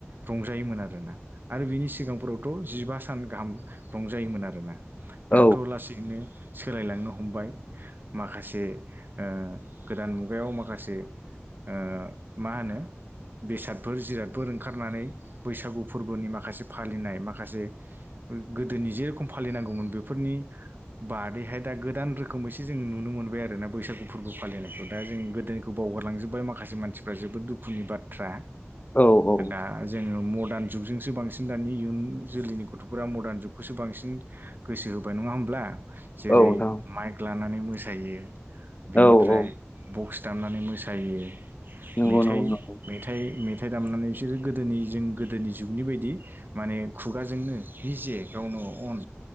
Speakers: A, on the right; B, on the left.
A: रंजायोमोन आरोना आरो बिनि सिगांफोरावथ' जिबा सान गाहाम रंजायोमोन आरोना दाथ'
B: औ
A: लासैनो सोलायलांनो हमबाय माखासे ओ गोदान मुगायाव माखासे ओ मा होनो बेसादफोर जिराद फोर ओंखारनानै बैसागु फोरबोनि माखासे फालिनाय माखासे गोदोनि जेरेखम फालिनांगौमोन बेफोरनि बादैहाय दा गोदान रोखोमैसो जों नुनो मोनबाय आरो ना बैसागु फोरबो फालिनायखौ दा जों गोदोनिखौ बाव हगारलांजोब्बाय माखासे मानसिफ्रा जोबोद दुखुनि बाथ्रा
B: औ औ
A: दा जोङो मदार्न जुगजोंसो बांसिन दानि इयुन जोलैनि गथ'फोरा मडार्न जुगखौसो बांसिन गोसो होबाय नङा होमब्ला जेरै
B: औ नोंथां
A: माइक लानानै मोसायो बिनिफ्राय
B: औ औ
A: बक्स दामनानै मोसायो
B: नोंंगौ
A: मेथाइ
B: नोंगौ न
A: मेथाइ मेथाइ दामनानै बिसोरो गोदोनि जों गोदोनि जुगनि बायदि माने खुगाजोंनो निजे गावनो अन